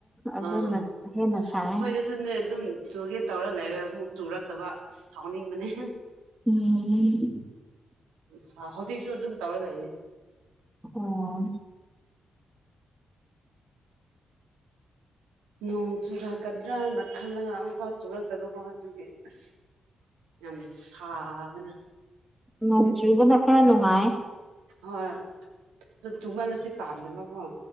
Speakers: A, in the centre; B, on the right.
A: ꯑꯗꯨꯅ
B: ꯑꯥ
A: ꯍꯦꯟꯅ ꯁꯥꯏ
B: ꯑꯩꯈꯣꯏꯗꯁꯨꯅꯦ ꯑꯗꯨꯝ ꯆꯨꯒꯦ ꯇꯧꯔ ꯂꯩꯔꯦ ꯑꯃꯨꯛ ꯆꯨꯔꯛꯇꯕ ꯑꯁ ꯁꯥꯎꯅꯤꯡꯕꯅꯦ
A: ꯎꯝ
B: ꯁꯥ ꯍꯧꯖꯤꯛꯁꯨ ꯑꯗꯨꯝ ꯇꯧꯔ ꯂꯩꯌꯦ
A: ꯑꯣ
B: ꯅꯣꯡ ꯆꯨꯔꯛꯀꯗ꯭ꯔꯅ ꯈꯜꯂꯒ ꯑꯃꯨꯛꯐꯥꯎ ꯆꯨꯔꯛꯇꯕꯀꯣ ꯑꯗꯨꯒꯤ ꯑꯁ ꯌꯥꯝ ꯁꯥꯕꯅ
A: ꯅꯣꯡ ꯆꯨꯕꯅ ꯈꯔ ꯅꯨꯡꯉꯥꯏ
B: ꯍꯣꯏ ꯑꯗ ꯇꯨꯃꯜꯂꯁꯨ ꯄꯥꯝꯗꯕꯀꯣ